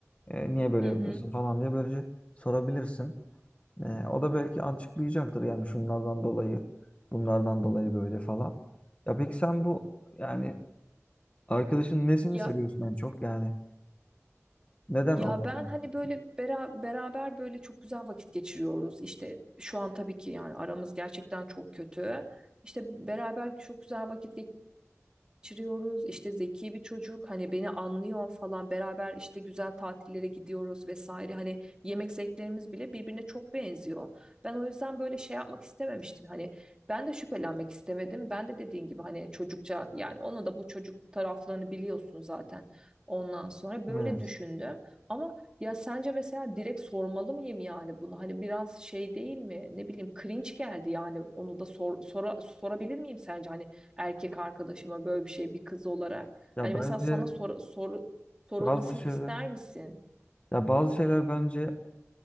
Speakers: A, on the left; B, on the right.
A: E, niye böyle
B: hı
A: yapıyorsun
B: hı.
A: falan diye böylece sorabilirsin. E, o da belki açıklayacaktır yani şunlardan dolayı, bunlardan dolayı böyle falan. Ya peki sen bu yani arkadaşın nesini
B: Ya
A: seviyorsun en çok? Yani neden
B: ya
A: onunla
B: ben
A: birlikte?
B: hani böyle bera- beraber böyle çok güzel vakit geçiriyoruz. İşte şu an tabii ki yani aramız gerçekten çok kötü. İşte beraber çok güzel vakit geçiriyoruz. İşte zeki bir çocuk hani beni anlıyor falan beraber işte güzel tatillere gidiyoruz vesaire. Hani yemek zevklerimiz bile birbirine çok benziyor. Ben o yüzden böyle şey yapmak istememiştim. Hani ben de şüphelenmek istemedim. Ben de dediğin gibi hani çocukça yani onu da bu çocuk taraflarını biliyorsun zaten. Ondan sonra böyle
A: Evet.
B: düşündüm. Ama ya sence mesela direkt sormalı mıyım yani bunu? Hani biraz şey değil mi? Ne bileyim cringe geldi yani onu da sor, sora- sorabilir miyim sence? Hani erkek arkadaşıma böyle bir şey bir kız olarak.
A: Ya
B: Hani
A: bence
B: mesela sana sor, soru- sorulmasını
A: bazı şeyler,
B: ister misin?
A: ya bazı şeyler bence